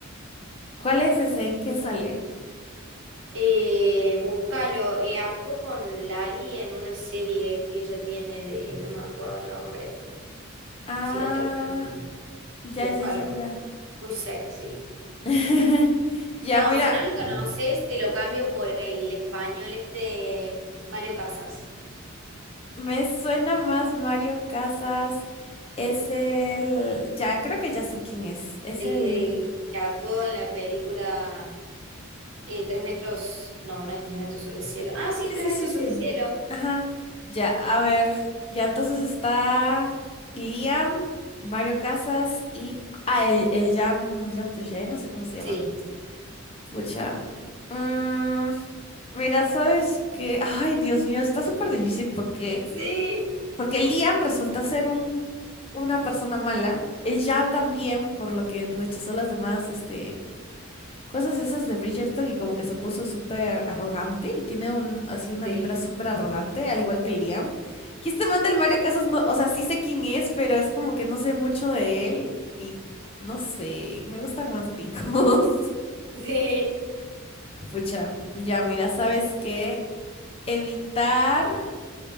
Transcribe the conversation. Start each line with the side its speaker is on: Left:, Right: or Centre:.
Left: ¿Cuál es ese? ¿En qué sale?
Right: Eh, búscalo, eh, actuó con Lali en una serie que ella tiene de, no me acuerdo el nombre.
Left: Ah,
Right: Si no te lo cambio,
Left: ya,
Right: búscalo.
Left: ya, ya, ya.
Right: Muy sexy.
Left: <laughs> Ya,
Right: No,
Left: mira,
Right: si no lo conoces, te lo cambio por el español este Mario Casas.
Left: me suena más Mario Casas. Es el. Ya, creo que ya sé quién es. Es
Right: el
Left: el.
Right: de que actuó en la película eh, Tres metros, no, no es Tres metros sobre el cielo. Ah, sí,
Left: Sí,
Right: Tres
Left: sí,
Right: metros
Left: sí, sí.
Right: sobre el cielo.
Left: Ajá. Ya, a ver. Ya entonces está Liam, Mario Casas y... Ah, el, el Jean, Jean Piaget, no sé cómo se llama.
Right: Sí,
Left: Pucha. Mm, mira, ¿sabes qué? Ay, Dios mío, está súper difícil porque...
Right: sí,
Left: Porque Liam resulta ser un, una persona mala. El Jean también, por lo que rechazó las demás, este cosas esas de Bridgerton
Right: sí,
Left: y como que se puso súper arrogante y tiene un, así una
Right: sí,
Left: vibra súper arrogante, al igual que Liam. Y este man del Mario Casas, no, o sea, sí sé quién es, pero es como que no sé mucho de él y no sé, me gustan más gringos.
Right: sí.
Left: <laughs> Pucha, ya mira, ¿sabes qué? Evitar